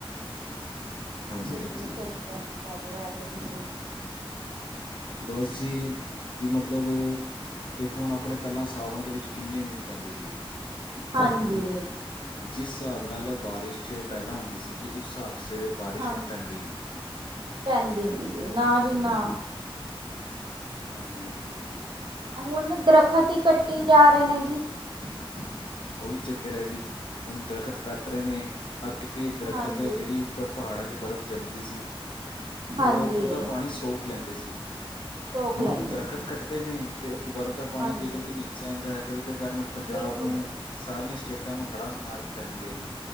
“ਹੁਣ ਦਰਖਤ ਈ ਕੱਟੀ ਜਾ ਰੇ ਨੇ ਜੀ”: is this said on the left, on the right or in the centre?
Right